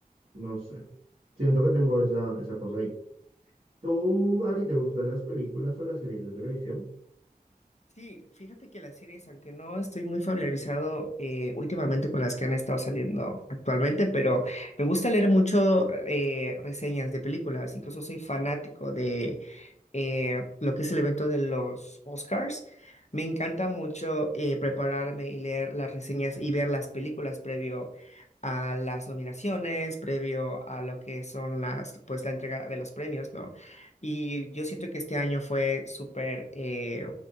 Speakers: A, on the right (about 45°); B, on the left (about 50°).
A: no sé, siento que tengo esa, esa cosa ahí. ¿Tú, a ti te gustan las películas o las series de televisión?
B: Sí, fíjate que las series, aunque no estoy muy familiarizado eh, últimamente con las que han estado saliendo actualmente, pero me gusta leer mucho eh, reseñas de películas, incluso soy fanático de eh, lo que es el evento de los Oscars. Me encanta mucho eh, prepararme y leer las reseñas y ver las películas previo a las nominaciones, previo a lo que son las, pues la entrega de los premios, ¿no? Y yo siento que este año fue súper eh,